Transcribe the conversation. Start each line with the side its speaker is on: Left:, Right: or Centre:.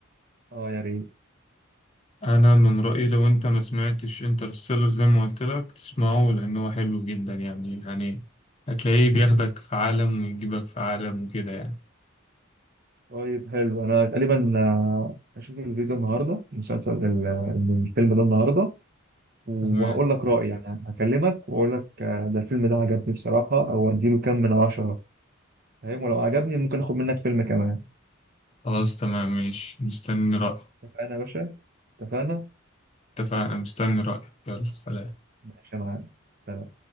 Right: أه يا ريت
Left: انا من رأيي لو انت ما سمعتش انترستيلر زي ما قلت لك تسمعه لان هو حلو جدا يعني يعني هتلاقيه بياخدك في عالم ويجيبك في عالم وكده يعني
Right: طيب حلو انا غالبا آه، هشوف الفيديو النهارده المسلسل ال- الفيلم ده النهارده وهقول
Left: تمام
Right: لك رأيي يعني هكلمك واقول لك آه، ده الفيلم ده عجبني بصراحة او اديله كام من عشرة فاهم ولو عجبني ممكن اخد منك فيلم كمان
Left: خلاص تمام ماشي مستني رأيك
Right: اتفقنا يا باشا اتفقنا
Left: اتفقنا مستني رأيك يلا سلام
Right: ماشي يا معلم سلام